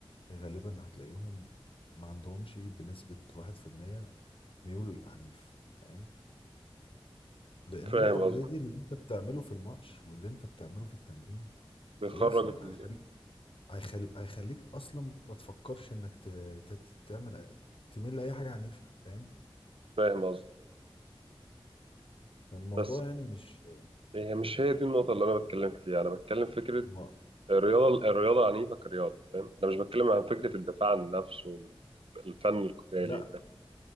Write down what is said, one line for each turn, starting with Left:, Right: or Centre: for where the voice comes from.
Left: غالبا هتلاقيهم ما عندهمش بنسبه 1% ميول عنيف فاهم لان
Right: فاهم
Left: انت اوريدي
Right: قصدي
Left: اللي انت بتعمله في الماتش واللي انت بتعمله في التمرين
Right: بيخرج
Left: خلاص هيخلي
Right: ال-
Left: هيخلي هيخليك اصلا ما تفكرش انك ت... ت... ت- تعمل تميل لاي حاجه عنيفه فاهم
Right: فاهم قصدي
Left: فالموضوع
Right: بس
Left: يعني مش
Right: هي مش هي دي النقطة اللي أنا بتكلم فيها أنا بتكلم فكرة
Left: ما...
Right: الرياضة الرياضة عنيفة كرياضة فاهم أنا مش بتكلم عن فكرة الدفاع عن النفس والفن القتالي
Left: لا
Right: فاهم